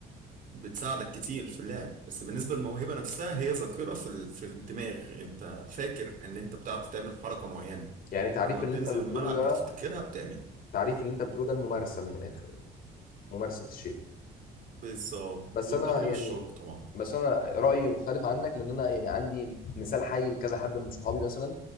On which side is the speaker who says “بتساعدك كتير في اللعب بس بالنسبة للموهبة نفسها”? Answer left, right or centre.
Right